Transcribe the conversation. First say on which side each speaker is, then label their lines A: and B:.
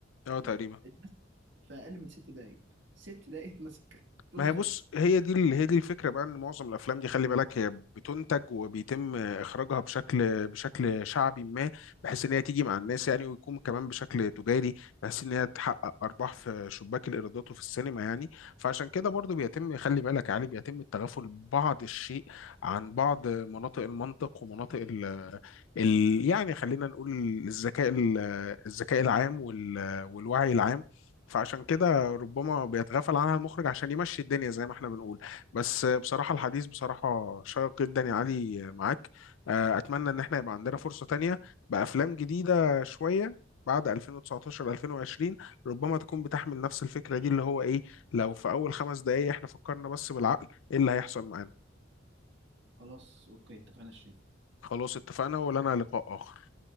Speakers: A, on the left (about 75°); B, on the right (about 65°).
A: اه تقريبا
B: آه، اتمسك في اقل من ست دقايق ست دقايق اتمسك الفيلم
A: ما هي
B: خلص
A: بص هي دي ال- هي دي الفكره بقى ان معظم الافلام دي خلي بالك هي بتنتج وبيتم اخراجها بشكل بشكل شعبي ما بحيث ان هي تيجي مع الناس يعني ويكون كمان بشكل تجاري بحيث ان هي تحقق ارباح في شباك الايرادات وفي السينما يعني فعشان كده برضو بيتم خلي بالك يعني بيتم التغافل بعض الشيء عن بعض مناطق المنطق ومناطق ال ال يعني خلينا نقول الذكاء ال- الذكاء العام وال- والوعي العام فعشان كده ربما بيتغافل عنها المخرج عشان يمشي الدنيا زي ما احنا بنقول بس بصراحة الحديث بصراحة شيق جدا يا علي معاك آه، أتمنى إن احنا يبقى عندنا فرصة تانية بأفلام جديدة شوية بعد 2019 2020 ربما تكون بتحمل نفس الفكرة دي اللي هو إيه لو في أول خمس دقايق احنا فكرنا بس بالعقل إيه اللي هيحصل معانا
B: خلاص اوكي اتفقنا الشيء
A: خلاص اتفقنا ولنا لقاء آخر